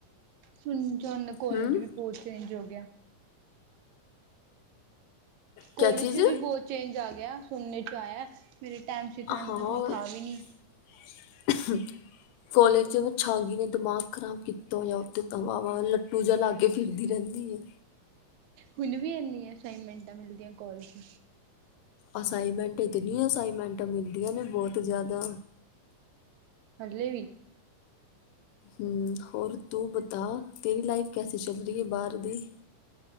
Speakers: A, on the right; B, on the left.
A: ਸੁਨ ਚਨ ਕੋਲੇਜ
B: ਹਮ
A: ਵੀ ਬੋਤ ਚੇਂਜ ਹੋ ਗੇਆ। ਕੋਲੇਜ
B: ਕਿਆ ਚੀਜ਼
A: ਚ ਵੀ ਬੋਤ ਚੇਂਜ ਆ ਗੇਆ, ਸੁਨਨੇ ਚ ਆਏਆ, ਮੇਰੇ ਟਾਈਮ ਚ ਤੇ ਏਨਾ
B: ਹਾਂ
A: ਹੁ ਥਾ ਵੀ ਨੀ।
B: <inaudible> ਕੋਲੇਜ ਚ ਵੋ ਛਾਗੀ ਨੇ ਦਮਾਗ ਖਰਾਬ ਕੀਤਾ ਹੋਏਆ, ਉਥੇ ਤਾਂ ਵਾ-ਵਾ ਲੱਟੂ ਜਾ ਲਾਗ ਕੇ ਫਿਰਦੀ ਰੈਂਦੀ ਏ।
A: ਹੁਨ ਵੀ ਐੰਨੀ ਅਸਾਈਨਮੈਂਟਾਂ ਮਿਲਦੀਆਂ ਕੋਲਜ ਚ?
B: ਅਸਾਈਮੈਂਟ ਈਤਨੀ ਅਸਾਈਮੈਂਟਾਂ ਮਿਲਦੀਆਂ ਨੇ ਬੋਤ ਜਾਦਾ
A: ਹੱਲੇ ਵੀ?
B: ਹਮ ਹੋਰ ਤੂੰ ਬਤਾ ਤੇਰੀ ਲਾਈਫ ਕੈਸੀ ਚੱਲ ਰਹੀ ਹੈ, ਬਾਹਰ ਦੀ।